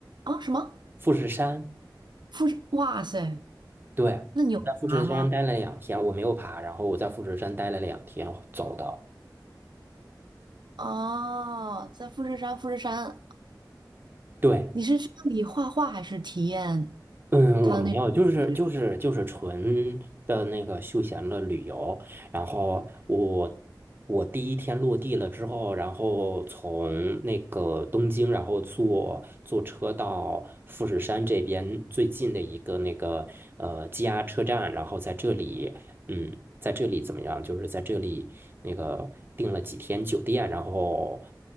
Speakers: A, on the right; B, on the right.
A: 啊？什么
B: 富士山，
A: 富士？哇塞，
B: 对，
A: 那你有爬吗？
B: 在富士山待了两天，我没有爬，然后我在富士山待了两天走的，
A: 哦，在富士山，富士山
B: 对，
A: 你是去那里画画还是体验
B: 嗯，
A: 他的那种感觉？
B: 我没有，就是就是就是纯的那个休闲的旅游。然后我我第一天落地了之后，然后从那个东京，然后坐坐车到富士山这边最近的一个那个呃 JR 车站，然后在这里嗯，在这里怎么样？就是在这里那个订了几天酒店，然后